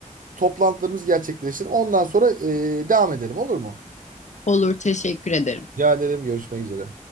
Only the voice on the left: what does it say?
Olur, teşekkür ederim.